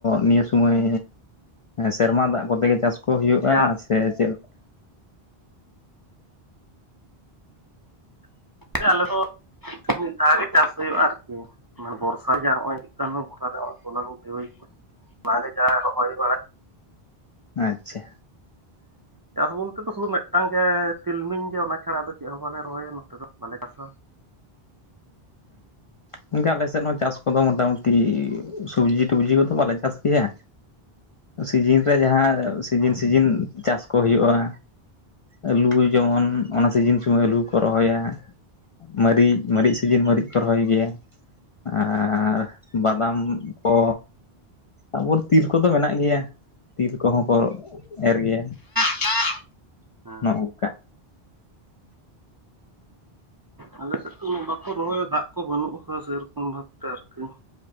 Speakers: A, on the left (about 50°); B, on the right (about 35°).
A: ᱱᱤᱭᱟᱹ ᱥᱩᱢᱚᱭᱼᱼ ᱥᱮᱨᱢᱟ ᱫᱟᱜ ᱠᱚᱛᱮ ᱜᱮ ᱪᱟᱥ ᱠᱚ ᱦᱩᱭᱩᱜᱼᱟ
B: ᱪᱟᱥ
A: ᱥᱮ ᱪᱮᱫᱼ
B: ᱟᱞᱮ ᱫᱚ ᱢᱤᱫ ᱫᱷᱟᱣ ᱜᱮ ᱪᱟᱥ ᱦᱳᱭᱳᱜᱼᱟ ᱟᱨᱠᱤ ᱢᱟᱱᱮ ᱵᱚᱨᱥᱟ ᱡᱟ ᱦᱚᱜᱼᱚᱭ ᱦᱤᱡᱩᱜ ᱠᱟᱱ ᱫᱚ ᱵᱚᱨᱥᱟ ᱨᱮ ᱛᱚᱱᱟ ᱠᱚ ᱜᱮ ᱦᱩᱭ ‌ᱠᱚᱣᱟ ᱚᱱᱟ ᱜᱮ ᱡᱟᱦᱟ ᱨᱚᱦᱚᱭ ᱵᱟᱲᱟ
A: ᱟᱪᱪᱷᱟ᱾
B: ᱪᱟᱥ ᱵᱚᱞᱛᱮ ᱫᱚ ᱥᱩᱫᱷᱩ ᱢᱮᱫᱴᱟᱝ ᱜᱮ ᱛᱤᱞᱢᱤᱧ ᱜᱮ ᱚᱱᱟ ᱪᱷᱟᱲᱟ ᱫᱚ ᱪᱮᱫ ᱦᱚᱸ ᱵᱟᱞᱮ ᱨᱚᱦᱚᱭᱟ ᱱᱚᱛᱮ ᱫᱚ ᱵᱟᱞᱮ ᱪᱟᱥᱟ᱾
A: ᱦᱩᱸ ᱜᱚᱝᱠᱮ ᱟᱞᱮ ᱥᱮᱫ ᱦᱚᱸ ᱪᱟᱥ ᱠᱚᱫᱚ ᱢᱚᱴᱟᱢᱩᱴᱤ ᱥᱚᱵᱡᱤ ᱴᱚᱵᱡᱤ ᱠᱚᱫᱚ ᱵᱟᱞᱮ ᱪᱟᱥ ᱜᱮᱭᱟ᱾ ᱥᱤᱡᱤᱱ ᱨᱮ ᱡᱟᱦᱟᱸ ᱥᱤᱡᱤᱱ
B: ᱦᱮᱸ
A: ᱥᱤᱡᱤᱱ ᱪᱟᱥ ᱠᱚ ᱦᱳᱭᱳᱜ-ᱟ᱾ ᱟᱹᱞᱩ ᱡᱮᱢᱚᱱ ᱚᱱᱟ ᱥᱤᱡᱤᱱ ᱥᱩᱢᱚᱭ ᱟᱹᱞᱩᱠᱚ ᱨᱚᱦᱚᱭᱟ ᱢᱟᱹᱨᱤᱜ ᱢᱟᱹᱨᱤᱪ ᱥᱤᱡᱤᱱ ᱢᱟᱹᱨᱤᱡ ᱠᱚ ᱨᱚᱦᱚᱭ ᱜᱮᱭᱟ ᱟᱨ ᱵᱟᱫᱟᱢ ᱠᱚ᱾ ᱟᱵᱚᱨ ᱛᱤᱞ ᱠᱚᱫᱚ ᱢᱮᱱᱟᱜ ᱜᱮᱭᱟ ᱛᱤᱞ ᱠᱚᱦᱚᱸ ᱠᱚ ᱮᱨ ᱜᱮᱭᱟ᱾
B: <inaudible> ᱦᱮᱸ
A: ᱱᱚᱜ-ᱚ ᱱᱚᱝᱠᱟ᱾
B: ᱟᱞᱮ ᱥᱮᱫ ᱫᱚ ᱩᱱᱟᱹᱜ ᱵᱟᱠᱚ ᱨᱚᱦᱚᱭᱟ ᱫᱟᱜ ᱠᱚ ᱵᱟᱹᱱᱩᱜ ᱠᱟ ᱥᱮᱨᱚᱠᱚᱢ ᱵᱷᱟᱵᱛᱮ ᱟᱨᱠᱤ